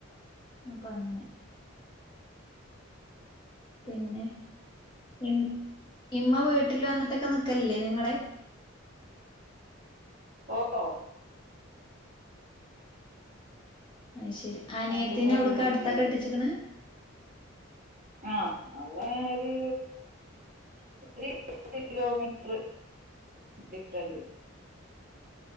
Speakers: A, on the left; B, on the right.
A: അപ്പം അങ്ങനെ പിന്നെ ഇം ഇമ്മ വീട്ടിൽ വന്നിട്ടക്കെ നിക്കലില്ലേ നിങ്ങളെ
B: ഓഹ്
A: അയ്ശരി. അനിയത്തിനെ
B: രണ്ടു പേരെ
A: അവട്ക്കടുത്താ
B: വീട്ടില്
A: കെട്ടിച്ചിക്കണെ
B: ആഹ് അവളെ ഒരു <unintelligible> കിലോമീറ്റർ ഡിഫറന്റ്